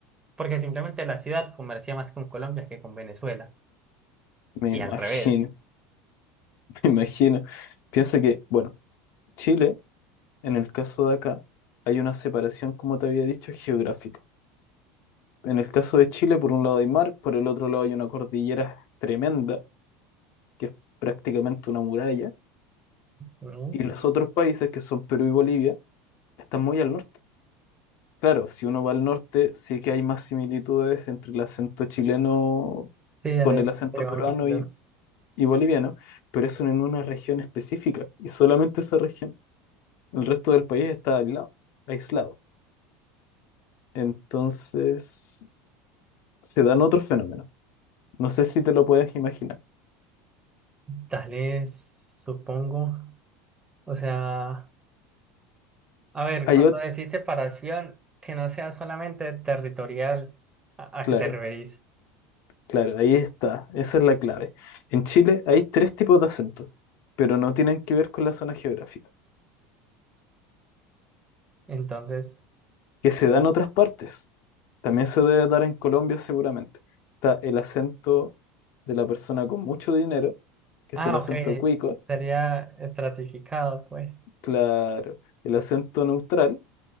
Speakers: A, on the right; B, on the left.
A: porque simplemente la ciudad comercia más con Colombia que con Venezuela.
B: Me
A: Y
B: imagino,
A: al revés.
B: <laughs> me imagino. Piensa que, bueno, Chile, en el caso de acá, hay una separación, como te había dicho, geográfica. En el caso de Chile, por un lado hay mar, por el otro lado hay una cordillera tremenda, que es prácticamente una muralla,
A: Ujú.
B: y los otros países, que son Perú y Bolivia, están muy al norte. Claro, si uno va al norte, sí que hay más similitudes entre el acento chileno
A: Sí, dale,
B: con el acento
A: se va
B: peruano
A: uniendo.
B: y, y boliviano, pero eso en una región específica, y solamente esa región. El resto del país está aislado, aislado. Entonces se dan otros fenómenos. No sé si te lo puedes imaginar.
A: Dale, supongo. O sea... A ver,
B: Hay
A: cuando
B: otro,
A: decís separación, que no sea solamente territorial, ¿a, a
B: claro,
A: qué te referís?
B: claro, ahí está. Esa es la clave. En Chile hay tres tipos de acentos, pero no tienen que ver con la zona geográfica,
A: Entonces,
B: que se da en otras partes. También se debe dar en Colombia seguramente. Está el acento de la persona con mucho dinero, que
A: ah,
B: es el acento
A: ok,
B: cuico,
A: sería estratificado, pues.
B: claro, el acento neutral